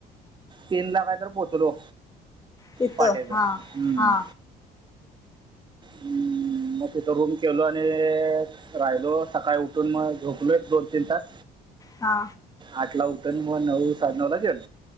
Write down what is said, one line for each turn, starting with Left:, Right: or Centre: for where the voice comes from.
Right: तीन ला काहीतर पोहोचलो
Left: तिथं
Right: पाटेसर
Left: हा
Right: हम्म
Left: हा
Right: हम्म मग तिथं रूम केलो आणि राहिलो सकाळी उठून मग झोपलो एक दोन तीन तास
Left: हा
Right: आठ ला उतरणी म नऊ सात नऊ ला गेल